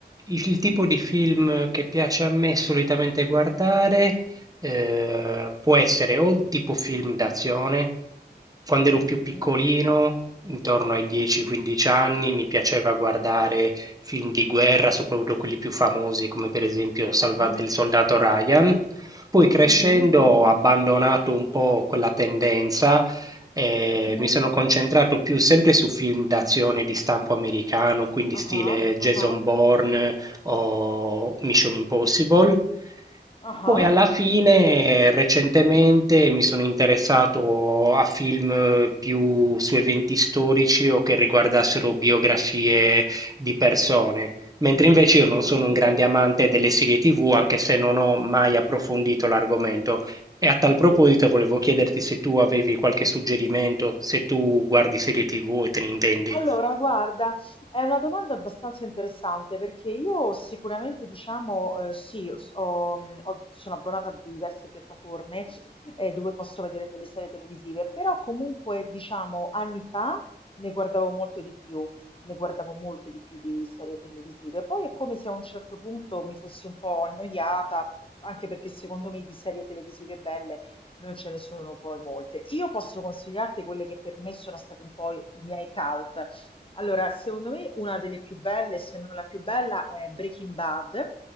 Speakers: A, on the right (about 20°); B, on the left (about 30°).
A: Il tipo di film che piace a me solitamente guardare eh, può essere o tipo film d'azione, quando ero più
B: Mhm,
A: piccolino, intorno ai 10-15
B: mhm,
A: anni, mi piaceva guardare film di guerra, soprattutto quelli più famosi, come per esempio Salvate
B: mhm,
A: il soldato Ryan. Poi crescendo
B: mhm,
A: ho
B: mhm,
A: abbandonato un po' quella tendenza e
B: mhm,
A: mi sono concentrato più sempre su film d'azione di stampo americano, quindi stile
B: aha,
A: Jason
B: aha,
A: Bourne o Mission Impossible.
B: aha,
A: Poi alla fine, recentemente, mi sono interessato a film eh, più su eventi storici o che riguardassero biografie di persone. Mentre invece io non sono
B: ho capito.
A: un grande amante delle serie TV, anche se non ho mai approfondito l'argomento. E a tal proposito volevo chiederti se tu avevi qualche suggerimento, se tu guardi serie TV e te ne intendi.
B: Allora, guarda, è una domanda abbastanza interessante perché io sicuramente, diciamo, eh, sì, s- ho- mm, ho- sono abbonata a diverse piattaforme eh, dove posso vedere delle serie televisive, però comunque, diciamo, anni fa ne guardavo molto di più, ne guardavo molte di più di serie televisive. Poi è come se a un certo punto mi fossi un po' annoiata, anche perché secondo me di serie televisive belle non ce ne sono poi molte. Io posso consigliarti quelle che per me sono stati un po' i i miei cult. Allora, secondo me una delle più belle, se non la più bella, è Breaking Bad.